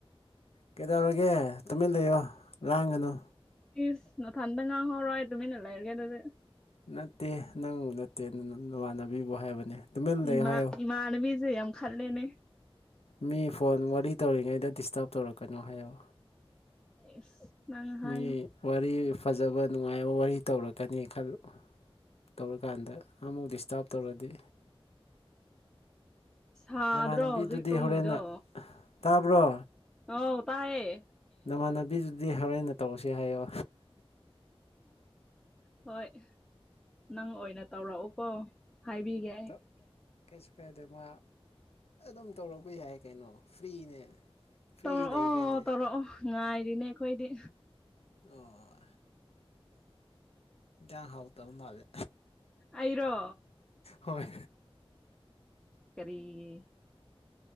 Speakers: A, on the left; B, in the centre.
A: ꯀꯩꯗꯧꯔꯒꯦ ꯇꯨꯃꯤꯟ ꯂꯩꯌꯣ ꯂꯥꯡꯒꯅꯨ
B: ꯏꯁ ꯅꯊꯟꯗ ꯉꯥꯡꯍꯧꯔꯣ ꯑꯩ ꯇꯨꯃꯤꯟꯅ ꯂꯩꯔꯒꯦ ꯑꯗꯨꯗꯤ
A: ꯅꯠꯇꯦ ꯅꯪꯕꯨ ꯅꯠꯇꯦ ꯑꯗꯨ ꯅꯃꯥꯟꯅꯕꯤꯕꯨ ꯍꯥꯏꯕꯅꯦ ꯇꯨꯃꯤꯟ ꯂꯩꯌꯨ
B: ꯏꯃꯥ
A: ꯍꯥꯏꯌꯣ
B: ꯏꯃꯥꯅꯕꯤꯁꯦ ꯌꯥꯝ ꯈꯠꯂꯦꯅꯦ
A: ꯃꯤ ꯐꯣꯟ ꯋꯥꯔꯤ ꯇꯧꯔꯤꯉꯩꯗ ꯗꯤꯁꯇꯞ ꯇꯧꯔꯛꯀꯅꯣ ꯍꯥꯏꯌꯣ
B: ꯏꯁ ꯅꯪ ꯍꯥꯏꯌꯣ
A: ꯃꯤ ꯋꯥꯔꯤ ꯐꯖꯕ ꯅꯨꯡꯉꯥꯏꯕ ꯋꯥꯔꯤ ꯇꯧꯔꯛꯀꯅꯤ ꯈꯜ ꯇꯧꯔꯀꯥꯟꯗ ꯑꯃꯨꯛ ꯗꯤꯁꯇꯥꯞ ꯇꯧꯔꯗꯤ
B: ꯁꯥꯗ꯭ꯔꯣ
A: ꯅꯃꯥꯟꯅꯕꯤꯗꯨꯗꯤ
B: ꯍꯧꯖꯤꯛ ꯇꯨꯝꯃꯤꯗꯣ
A: ꯍꯣꯔꯦꯟꯅ ꯇꯥꯕ꯭ꯔꯣ
B: ꯑꯣ ꯇꯥꯏꯌꯦ
A: ꯅꯃꯥꯟꯅꯕꯤꯗꯨꯗꯤ ꯍꯧꯔꯦꯟꯅ ꯇꯧꯁꯦ ꯍꯥꯏꯌꯣ
B: ꯍꯣꯏ ꯅꯪ ꯑꯣꯏꯅ ꯇꯧꯔꯛꯎꯀꯣ ꯍꯥꯏꯕꯤꯒꯦ ꯑꯩ
A: ꯇ ꯀꯩꯁꯨ ꯀꯥꯏꯗꯦ ꯃꯥ ꯑꯗꯨꯝ ꯇꯧꯔꯛꯄ ꯌꯥꯏ ꯀꯩꯅꯣ ꯐ꯭ꯔꯤꯅꯦ ꯐ꯭ꯔꯤ
B: ꯇꯧꯔꯛꯑꯣ
A: ꯂꯩꯗꯣꯏꯅꯦ
B: ꯇꯧꯔꯛꯑꯣ ꯉꯥꯏꯔꯤꯅꯦ ꯑꯩꯈꯣꯏꯗꯤ
A: ꯑꯣ ꯏꯟꯖꯥꯡ ꯍꯥꯎꯇꯕ ꯃꯥꯜꯂꯦ
B: ꯑꯩꯔꯣ
A: ꯍꯣꯏ
B: ꯀꯔꯤꯒꯤ